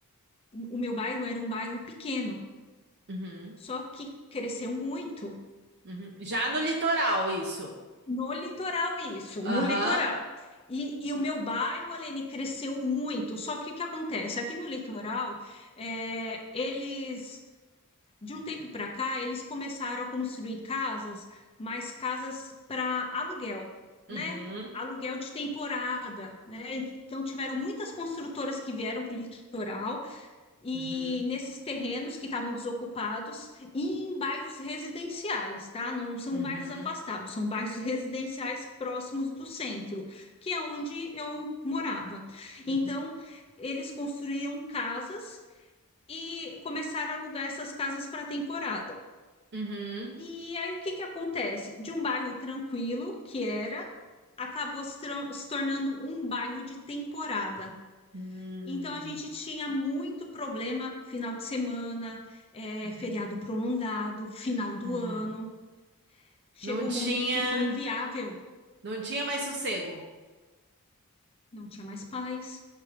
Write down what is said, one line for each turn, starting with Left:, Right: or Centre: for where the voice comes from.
Left: o meu bairro era um bairro pequeno,
Right: Uhum.
Left: só que cresceu muito
Right: Uhum. Já no litoral, isso.
Left: no litoral isso,
Right: Aham.
Left: no litoral. E, e o meu bairro, Aline, cresceu muito. Só que o que acontece? Aqui no litoral, é, eles, de um tempo para cá, eles começaram a construir casas, mas casas para aluguel, né?
Right: Uhum.
Left: Aluguel de temporada, né? Então tiveram muitas construtoras que vieram para o litoral e
Right: Uhum.
Left: nesses terrenos que estavam desocupados e em bairros residenciais, tá? Não são
Right: Uhum.
Left: bairros afastados, são bairros residenciais próximos do centro, que é onde eu morava. Então,
Right: Uhum.
Left: eles construíam casas e começaram a alugar essas casas para temporada.
Right: Uhum.
Left: E aí o que que acontece? De um bairro tranquilo que era, acabou se tran- se tornando um bairro de temporada.
Right: Hum.
Left: Então, a gente tinha muito problema final de semana, eh,
Right: Uhum.
Left: feriado prolongado, final
Right: Uhum.
Left: do ano. Chegou
Right: Não tinha,
Left: um momento que ficou inviável,
Right: não tinha mais sossego.
Left: não tinha mais paz,